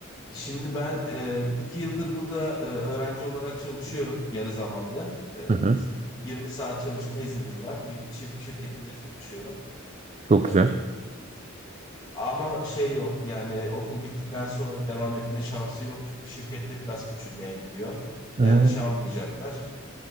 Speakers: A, on the left; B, on the right.
A: Şimdi ben e, iki yıldır burada e, öğrenci olarak çalışıyorum yarı zamanlı. E,
B: Hı hı.
A: bizim 20 saat çalışma iznimiz var. Bir çip şirketinde çalışıyorum.
B: Çok
A: E,
B: güzel.
A: Ama şey yok yani okul bittikten sonra devam etme şansı yok. Çünkü şirkette biraz küçülmeye gidiyor. Yani
B: Ee,
A: işe almayacaklar.